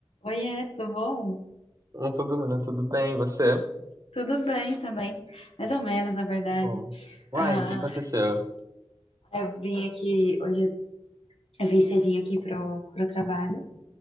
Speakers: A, on the left (about 75°); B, on the right (about 35°).
A: Oiê, tudo bom?
B: Opa, Bruno, tudo bem? e Você?
A: Tudo bem também, mais ou menos, na verdade.
B: Bom. Uai,
A: Ah,
B: o que aconteceu?
A: eu vim aqui, hoje eu vim cedinho aqui pro, pro trabalho